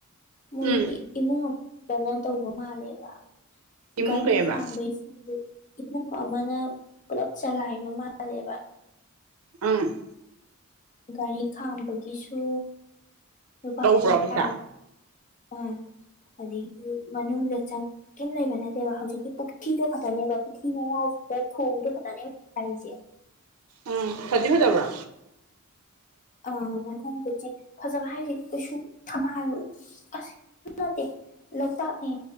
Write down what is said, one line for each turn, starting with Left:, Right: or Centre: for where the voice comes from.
Left: ꯃꯣꯏ
Right: ꯎꯝ
Left: ꯏꯃꯨꯡ ꯑꯃꯇꯅ ꯇꯧꯕ ꯃꯥꯜꯂꯦꯕ
Right: ꯏꯃꯨꯡ
Left: ꯒꯥꯔꯤ
Right: ꯀꯩꯑꯕ
Left: ꯈꯥꯝꯕꯩ ꯏꯃꯨꯡ ꯑꯃꯅ ꯄꯨꯂꯞ ꯆꯂꯥꯏꯕ ꯃꯥꯜꯂꯦꯕ
Right: ꯎꯝ
Left: ꯒꯥꯔꯤ ꯈꯥꯝꯕꯒꯤꯁꯨ ꯂꯨꯄꯥ
Right: ꯂꯧꯕ꯭ꯔꯣ
Left: ꯀꯨꯟꯊ꯭ꯔꯥ
Right: ꯄꯩꯁꯥ
Left: ꯎꯝ ꯑꯗꯩꯗꯤ ꯃꯅꯤꯡꯗ ꯆꯪ ꯀꯔꯤꯝ ꯂꯩꯕ ꯅꯠꯇꯦꯕ ꯍꯧꯖꯤꯛꯀꯤ ꯄꯨꯈ꯭ꯔꯤꯗꯣ ꯈꯛꯇꯅꯦꯕ ꯄꯨꯈ꯭ꯔꯤ ꯃꯌꯥꯁꯤꯗ ꯊꯣꯡꯗꯣ ꯈꯛꯇꯅꯦꯕ ꯍꯥꯏꯖꯦ
Right: ꯎꯝ ꯐꯗꯤ ꯐꯖꯕ꯭ꯔꯣ
Left: ꯑ ꯃꯊꯣꯡꯗꯗꯤ ꯐꯖꯕ ꯍꯥꯏꯁ ꯀꯩꯁꯨꯜ ꯊꯝꯕꯥꯜ ꯑꯁ ꯅꯠꯇꯦ ꯂꯣꯛꯇꯥꯛꯅꯦ